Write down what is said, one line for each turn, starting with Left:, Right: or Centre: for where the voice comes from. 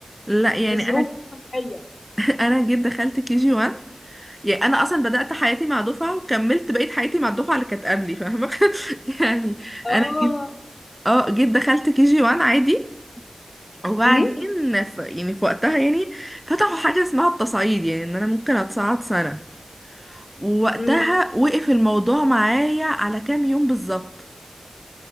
Centre: لا يعني
Left: لظروف
Centre: أنا
Left: صحية
Centre: <laughs> أنا جيت دخلت كيجي 1 يعني أنا أصلا بدأت حياتي مع دفعة وكملت بقية حياتي مع الدفعة اللي كانت قبلي فاهمة <laughs> يعني
Left: اه
Centre: أنا جيت اه جيت دخلت كيجي 1 عادي وبعدين
Left: أمم،
Centre: ف... يعني في وقتها يعني فتحوا حاجة اسمها التصعيد يعني ان انا ممكن اتصعد سنة ووقتها
Left: أمم،
Centre: وقف الموضوع معايا على كام يوم بالظبط